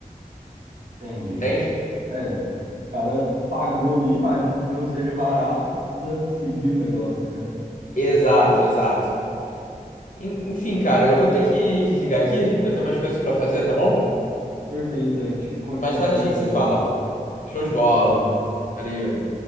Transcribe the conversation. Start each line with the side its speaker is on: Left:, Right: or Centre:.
Right: entendi.
Left: Entende?
Right: É, cara pagou ali, imagino que não seja barato, precisa seguir o negócio, né?
Left: Exato, exato. En- Enfim, cara, eu vou ter que desligar aqui, que eu tenho umas coisas pra fazer, tá bom?
Right: Perfeito, a gente continua
Left: Mais tarde
Right: conversando
Left: a gente se fala.
Right: depois.
Left: Show de bola.
Right: Valeu.
Left: Valeu.